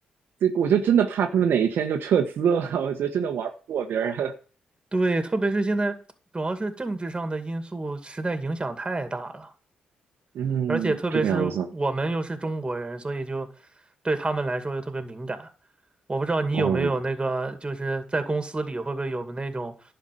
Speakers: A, on the right (about 70°); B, on the right (about 25°).
A: 这个我就真的怕他们哪一天就撤资了，<laughs> 我觉得真的玩不过别人。
B: 对，特别是现在，主要是政治上的因素实在影响太大了。
A: <laughs> 嗯，
B: 而且特别是我们又是中国人，
A: 这个样子。
B: 所以就对他们来说又特别敏感。我不知道你有没有那个，
A: 哦
B: 就是在公司里会不会有那种